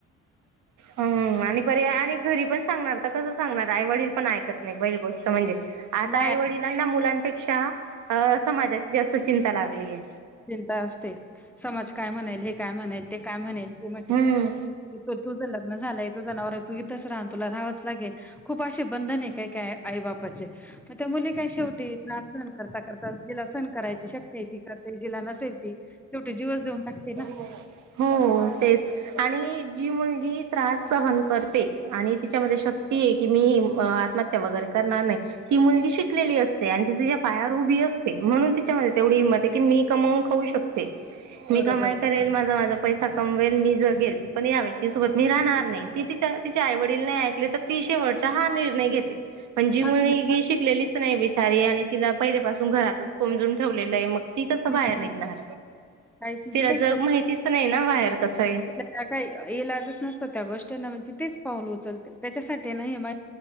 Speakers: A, on the right; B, in the centre.
A: हम्म आणि पर आणि घरी पण सांगणार तर कस सांगणार? आई वडील पण ऐकत नाही पहिली गोष्ट म्हणजे, आता
B: नाही
A: आई
B: आहे
A: वडील लांना मुलांपेक्षा अ समाजाची जास्त चिंता लागलीये.
B: चिंता असते समाज काय म्हणेल? हे काय म्हणेल? ते काय म्हणेल? ते म्हटलं
A: हम्म
B: तू तुझं लग्न झालंय तुझा नवरा आहे तू इथंच रहा अन तुला राहावंच लागेल, खूप असे बंधन आहे काय काय आई बापाचे. मग त्या मुली काय शेवटी त्रास सहन करता करता जिला सहन करायची शक्ती आहे ती कर ते जिला नसेल ती, शेवटी जीवच देऊन टाकते.
A: <unintelligible>
B: ना
A: हो तेच, आणि जी मुलगी त्रास सहन करते, आणि तिच्यामध्ये शक्ती आहे, की मी आत्महत्या वगैरे करणार नाही. ती मुलगी शिकलेली असते. आणि ती तिच्या पायावर उभी असते, म्हणून तिच्यामध्ये तेवढी हिंमत आहे, की मी कमवुन खाऊ शकते. मी
B: बरोबर
A: कमाई
B: आहे
A: करेल,
B: बरोबर
A: माझ माझ पैसा कमवेल, मी जगेल. पण या व्यक्तीसोबत मी राहणार नाही. ती तिच्या तिच्या आई वडील नाही ऐकले तर ती शेवटचा हा निर्णय घेते. पण जी मुलीगी
B: हाच नाही
A: शिकलेलीच नाही बिचारी आणि तिला पहिलेपासून घरातच कोमजून ठेवलेलं आहे मग ती कसं बाहेर
B: हम्म
A: निघणार?
B: काहीच नाही
A: तिला
B: ते काहीच
A: जग माहितीच नाही ना बाहेर कसं आहे?
B: त्या काय इलाजच नसतो त्या गोष्टींना मग तती तेंच पाऊल उचलते. त्याच्यासाठी‌ ही ना एम आय